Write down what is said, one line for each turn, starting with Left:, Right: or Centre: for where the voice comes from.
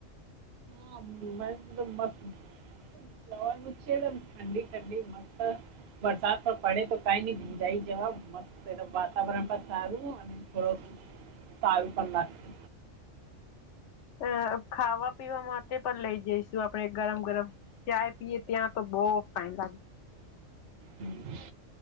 Right: મ મ જવાચમ ઠંડી ઠંડી મસ્ત વરસાત પર પડે તો કઈ ન ભીંજાઈ જવાબ મસ્ત વાતાવરણ પણ સારું અને થોડુંક સારું પણ લાગશે
Left: અ ખાવા પીવા માટે પણ લઈ જઈશું આપણે ગરમ ગરમ ચાાય પીએ ત્યાં તો બહુ ફાઇન લાગે
Right: હમ